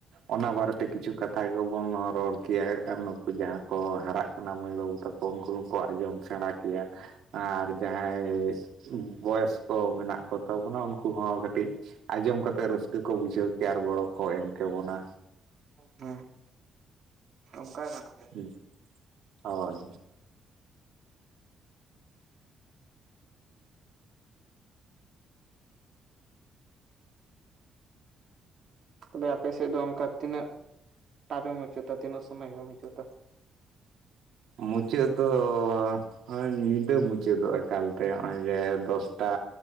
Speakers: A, on the right; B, on the right.
A: ᱚᱱᱟ ᱵᱟᱨᱮᱛᱮ ᱠᱤᱪᱷᱩ ᱠᱟᱛᱷᱟ ᱜᱮᱵᱚᱱ ᱨᱚᱲ ᱠᱮᱭᱟ᱾ <unintelligible> ᱡᱟᱦᱟᱸ ᱠᱚ ᱦᱟᱨᱟᱜ ᱢᱟᱹᱭ ᱵᱟᱹᱵᱩ ᱛᱟᱠᱚ ᱩᱱᱠᱩ ᱦᱚᱸᱠᱚ ᱟᱸᱡᱚᱢ ᱥᱮᱬᱟ ᱠᱮᱭᱟ, ᱟᱨ ᱡᱟᱦᱟᱸ ᱡᱟᱦᱟᱸᱭ ᱵᱚᱭᱚᱥ ᱠᱚ ᱢᱮᱱᱟᱜ ᱠᱚᱛᱟ ᱵᱚᱱᱟ ᱩᱱᱠᱩ ᱦᱚᱸ ᱠᱟᱹᱴᱤᱡ᱾ ᱟᱸᱡᱚᱢ ᱠᱟᱛᱮᱜ ᱨᱟᱹᱥᱠᱟᱹ ᱠᱚ ᱵᱩᱡᱷᱟᱹᱣ ᱠᱮᱭᱟ ᱟᱨ ᱜᱚᱲᱚ ᱠᱚ ᱮᱢ ᱠᱮᱵᱚᱱᱟ᱾
B: ᱦᱮᱸ ᱚᱱᱠᱟ ᱠᱟᱱ ᱜᱮᱭᱟ᱾
A: ᱩ ᱦᱳᱭ᱾
B: ᱛᱚᱵᱮ ᱟᱯᱮᱥᱮᱫ ᱫᱚ ᱚᱱᱠᱟ ᱛᱤᱱᱟᱹᱜ ᱴᱟᱯᱮ ᱢᱩᱪᱟᱹᱫᱟ ᱛᱤᱱᱟᱹᱜ ᱥᱚᱢᱚᱭ ᱯᱮ ᱢᱩᱪᱟᱹᱛᱟ᱾
A: ᱢᱩᱪᱟᱹᱫ ᱫᱚᱼᱼᱼ ᱦᱳᱭ ᱧᱤᱫᱟᱹ ᱢᱩᱪᱟᱹᱫᱚᱜ ᱮᱠᱟᱞᱛᱮ ᱱᱚᱜᱼᱚᱭ ᱡᱮ ᱫᱚᱥᱴᱟ